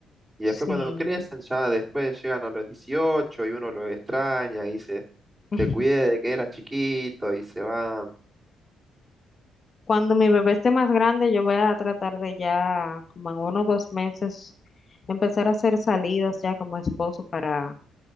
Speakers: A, on the right (about 20°); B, on the left (about 40°).
A: Y después
B: Sí.
A: cuando crecen, ya después llegan a los 18 y uno lo extraña y dice,
B: <laughs>
A: te cuidé de que eras chiquito y se van.
B: Cuando mi bebé esté más grande, yo voy a tratar de ya, como en uno o dos meses, empezar a hacer salidas ya como esposo para